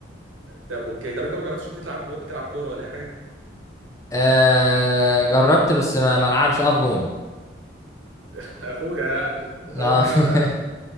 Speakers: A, on the right; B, on the left.
A: طب اوكي طب انت ما جربتش انت تلعب كو... تلعب كوره ولا اي حاجه
B: آه جربت بس ما ما العبش اقف جون
A: <laughs> اخويا يعني على
B: آه.
A: فكره
B: <laughs>
A: انا